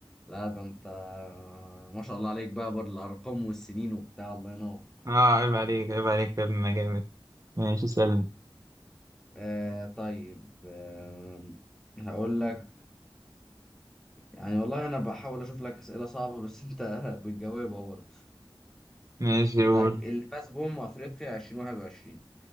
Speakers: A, in the centre; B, on the right.
A: لا ده انت ما شاء الله عليك بقى بالارقام والسنين وبتاع الله ينور
B: اه عيب عليك عيب عليك يا ابني انا جامد ماشي اسأل انت
A: آه طيب آه هقول لك يعني والله انا بحاول اشوف لك اسئله صعبه بس انت <laughs> بتجاوبها برضه
B: ماشي قول
A: طيب اللي فاز بأمم افريقيا 2021